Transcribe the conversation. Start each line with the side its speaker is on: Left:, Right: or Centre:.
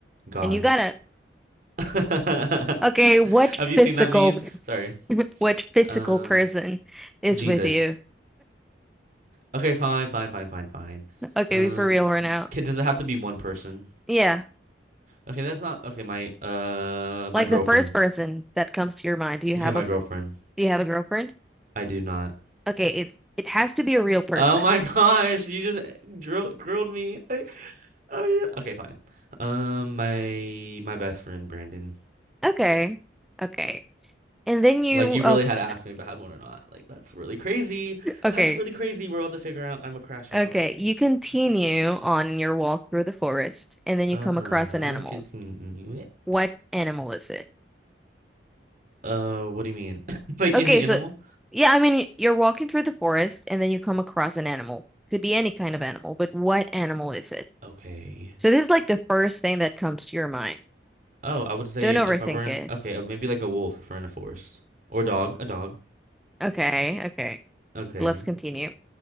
Right: God.
Centre: And you gotta,
Right: <laughs>
Centre: okay, what
Right: Have you
Centre: physical,
Right: seen that meme? Sorry.
Centre: what physical
Right: Um,
Centre: person is
Right: Jesus.
Centre: with you?
Right: Okay, fine, fine, fine, fine, fine.
Centre: Okay,
Right: Um,
Centre: we for real right now.
Right: can does it have to be one person?
Centre: Yeah.
Right: Okay, that's not okay. My uh, my
Centre: Like
Right: girlfriend.
Centre: the first person that comes to your mind. Do you have
Right: Okay, my
Centre: a per-
Right: girlfriend.
Centre: do you have a girlfriend?
Right: I do not.
Centre: Okay, it's it has to be a real person.
Right: Oh my <laughs> gosh, you just drill, grilled me. I, I, okay, fine. Um, my my best friend Brandon.
Centre: Okay. Okay. And then you
Right: Like you
Centre: okay,
Right: really had asked me if I had one or not. Like that's really crazy.
Centre: okay.
Right: That's really crazy. We're about to figure out. I'm a crash
Centre: Okay,
Right: out. I'm kidding.
Centre: you continue
Right: <laughs>
Centre: on your walk through the forest and then you
Right: Uh-huh.
Centre: come across an animal.
Right: Continue
Centre: What
Right: it.
Centre: animal is it?
Right: Uh, what do you mean? <laughs> Like
Centre: Okay,
Right: any
Centre: so
Right: animal?
Centre: yeah, I mean you're walking through the forest and then you come across an animal. Could be any kind of animal, but what animal is it?
Right: Okay.
Centre: So this is like the first thing that comes to your mind.
Right: Oh, I would say
Centre: Don't overthink
Right: if I were in
Centre: it.
Right: okay, uh, maybe like a wolf if we're in a forest. Or dog, a dog.
Centre: Okay, okay.
Right: Okay.
Centre: Let's continue.